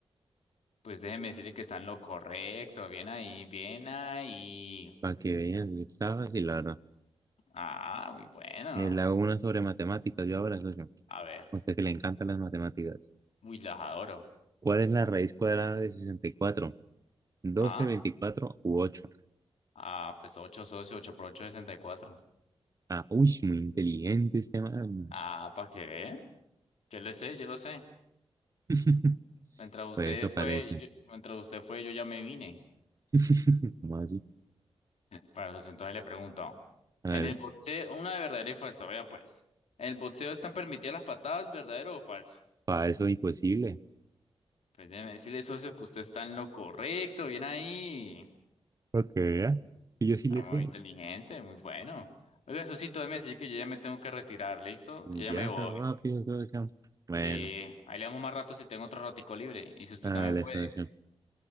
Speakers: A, on the left; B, on the right.
A: Pues déjeme decirle que está en lo correcto. Bien ahí, bien ahí.
B: para que vean, está fácil, la verdad.
A: Ah, muy bueno.
B: Eh, Le hago una sobre matemáticas yo ahora, socio.
A: A ver,
B: O sea que le encantan las matemáticas.
A: muy las adoro.
B: ¿Cuál es la raíz cuadrada de sesenta y cuatro doce
A: Ah,
B: 24 u ocho
A: Ah, pues 8 socios, 8 por ocho, sesenta y cuatro.
B: Ah, uy, muy inteligente este man.
A: Ah, para que vean. Yo lo sé, yo lo sé.
B: <laughs>
A: Mientras usted
B: Pues eso
A: fue,
B: parece.
A: yo- mientras usted fue, yo ya me vine.
B: <laughs> ¿Cómo así?
A: Bueno, pues entonces le pregunto.
B: A ver,
A: En el boxeo, una de verdadero y falso, vea pues. ¿En el boxeo están permitidas las patadas, verdadero o falso?
B: para eso es imposible.
A: Pues déjeme decirle, socio, que usted está en lo correcto, bien ahí.
B: Ok, ya. Y Yo sí
A: Está
B: le sé.
A: muy inteligente, muy bueno. Oiga, socito, déjeme decir que yo ya me tengo que retirar, ¿listo?
B: Y
A: Yo ya
B: Ya
A: me voy.
B: tan rápido todo acá. Bueno,
A: Sí, ahí le damos más rato si tengo otro ratico libre. Y si usted
B: dale,
A: también puede.
B: socio.